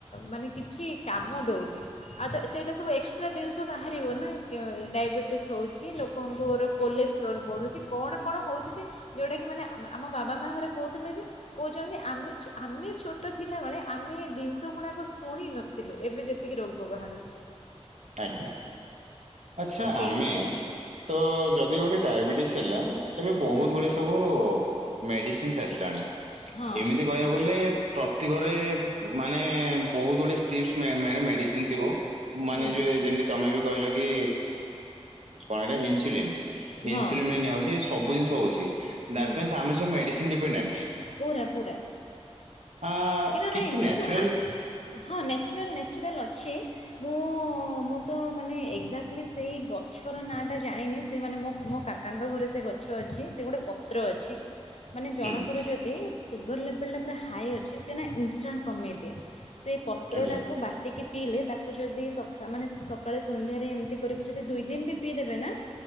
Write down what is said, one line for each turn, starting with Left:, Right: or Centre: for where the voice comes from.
Left: ମାନେ କିଛି କାମ ଦଉନି। ଆଉ ତ ସେଇଟା ସବୁ ଏକ୍ସଟ୍ରା ଜିନିଷ ବାହାରିବ ନା ଡାଇବେଟିସ୍ ହଉଚି ଲୋକଙ୍କର କୋଲେଷ୍ଟ୍ରୋଲ୍ ବଢ଼ୁଛି କଣ କଣ ହଉଚି ଯେ ଯଉଟାକି ମାନେ ଆମ ବାବା ମା ଘରେ କହୁଥିଲେ ଯେ କହୁଚନ୍ତି ଆମେ ଆମେ ଛୋଟ ଥିଲାବେଳେ ଆମେ ଜିନିଷ ଗୁଡ଼ାକ ଶୁଣି ନଥିଲୁ ଏବେ ଯେତିକି ରୋଗ ରୋଗ ବାହାରୁଚି।
Right: ଆଜ୍ଞା ଆଚ୍ଛା
Left: ସେ
Right: ଆମେ ତ ଯଦି ଗୋଟେ ଡାଇବେଟିସ୍ ହେଲା ଏବେ ବହୁତ
Left: ହୁଁ
Right: ଗୁଡେ ସବୁ ମେଡ଼ିସିନ୍ସି ଆସିଲାଣି
Left: ହଁ
Right: ଏମିତି କହିବାକୁ ଗଲେ ପ୍ରତି ଘରେ ମାନେ ବହୁତ ଗୁଡ଼ିଏ ଷ୍ଟିପ୍ସ ମେ ମେଡ଼ିସିନ୍ ଥିବ ମାନେ
Left: ହୁଁ
Right: ଯେମତି ତମେ ବି କହିଲ କି କଣ ହେ ଇନ୍ସୁଲିନ୍
Left: ହଁ
Right: ଇନ୍ସୁଲିନ୍ ନିଆ ସବୁ ଜିନଷ ହଉଚି
Left: ହୁଁ
Right: ଦାଟ୍ ମେନ୍ସ ଆମେ ସବୁ ମେଡ଼ିସିନ୍ ଡିପେଣ୍ଡ୍ଟ
Left: ପୁରା ପୁରା
Right: ଅ
Left: କିନ୍ତୁ
Right: କିଛି
Left: ନାଇଁ କିନ୍ତୁ
Right: ନ୍ୟାଚୁରାଲ୍
Left: ଆ ହଁ ନ୍ୟାଚୁରାଲ୍ ନ୍ୟାଚୁରାଲ୍ ଅଛି ମୁଁ ମୁଁ ତ ମାନେ ଏକ୍ଜାକ୍ଟଲି ସେଇ ଗଛର ନାଁଟା ଜାଣିନି ସେମାନେ ମ ମୋ କା କାକାଙ୍କ ଘରେ ସେ ଗଛ ଅଛି ସେ ଗୋଟେ ପତ୍ର ଅଛି ମାନେ ଜଣଙ୍କର
Right: ହୁଁ
Left: ଯଦି ସୁଗର ଲେବେଲ୍ ଟା ପୁରା ହାଏ ଅଛି ସେ ନା ଇନ୍ ଷ୍ଟାଣ୍ଡ୍ କମେଇ ଦିଏ ସେ ପତ୍ରଟାକୁ
Right: ଆଜ୍ଞା
Left: ବା ଟିକି ପିଇଲେ ତାକୁ ଯଦି ସକା ମାନେ ସକାଳେ ସନ୍ଧ୍ୟାରେ ଏମିତି କରିକି ଯଦି ଦୁଇ ଦିନ ବି ପିଇଦେବେ ନା